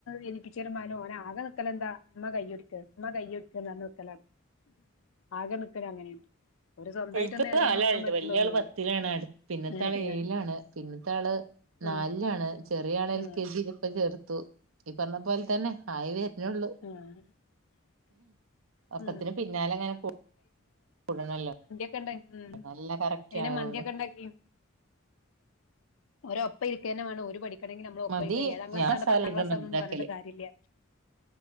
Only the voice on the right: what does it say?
എനിക്ക്
കാലണ്ട്
വലിയ
ആള് പത്തിലാണ് പിന്നത്തെ
ആള് ഏഴിലാണ്
പിന്നത്തെ ആള് <unintelligible>
നാലിലാണ് ചെറിയ ആൾ എൽ
കെ ജിയില ഇപ്പ ചേർത്തു ഈ പറഞ്ഞ പോലെ തന്നെ ഹൈവേ ഇാള്ള
ഒക്കത്തിന്
പിന്നാല അങ്ങനെ കൂടണല്ലോ
നല്ല കറക്റ്റ് ആവുള്ളു
മന്തി
ഞാൻ മസാല
ഇടണം
മന്തിണ്ടാക്കല്